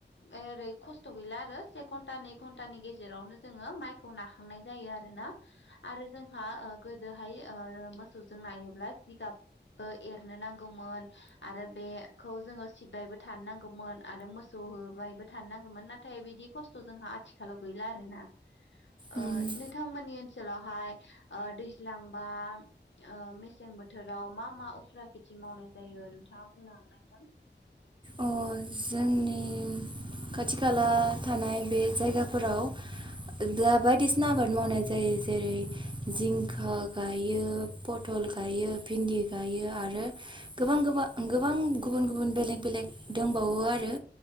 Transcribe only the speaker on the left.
ओरै खस्थ' गैला आरो से घन्टा नै घन्टानि गेजेरावनो जोङो माइखौ नाखांनाय जायो आरोना आरो जोंहा ओ गोदो हाय ओ मोसौजों नायोब्ला जिगाब बो एरनो नांगौ मोन आरो बे खौ जोङो सिबबायबो थानो नांगौमोन आरो मोसौ होबायबो थानो नांगौमोन नाथाय बिदि खस्थ' जोंहा आथिखालाव गैला आरोना। ओ
नोंथां मोननि ओनसोलाव हाय ओ दैज्लां बा ओ मेसें बोथोराव मा मा उफ्रा खेथि मावनाय जायो नोंथाङा बुंनो हागोना नोंथां?